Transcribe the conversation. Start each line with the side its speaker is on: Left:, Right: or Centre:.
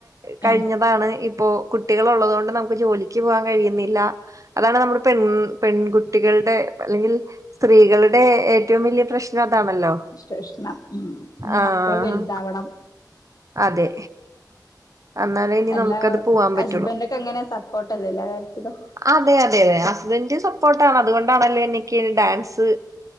Right: കഴിഞ്ഞതാണ്
Left: ഏ
Right: ഇപ്പോ കുട്ടികൾള്ളതുകൊണ്ട് നമുക്ക് ജോലിക്ക് പോകാൻ കഴിയുന്ന. ഇല്ല അതാണ് നമ്മുടെ പെൺ പെൺകുട്ടികളുടെ അല്ലെങ്കിൽ. സ്ത്രീകളുടെ ഏറ്റവും വലിയ പ്രശ്നം അതാണല്ലോ?
Left: പ്രഷ്ണം ഉം ഇനി
Right: ആഹ്
Left: മക്കള് വലുതാവണം.
Right: അതെ എന്നാലേ ഇനി
Left: എല്ലാ
Right: നമുക്ക്ത് പോവാൻ പറ്റുള്ളു.
Left: ഹസ്ബൻഡൊക്കെ എങ്ങനെ സപ്പോർട്ടല്ലേ എല്ലാ കാര്യത്തിലും
Right: അതെ അതെ അതെ ഹസ്ബന്ഡ് സപ്പോർട്ടാണ് അതുകൊണ്ടാണല്ലോ എനിക്ക് ഡാൻസ്.